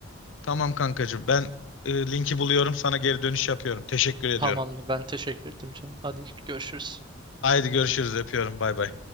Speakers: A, on the left; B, on the right.
A: Tamam kankacığım. Ben e, linki buluyorum. Sana geri dönüş yapıyorum. Teşekkür ediyorum.
B: Tamamdır. Ben teşekkür ettim canım. Hadi görüşürüz.
A: Haydi görüşürüz. Öpüyorum. Bay bay.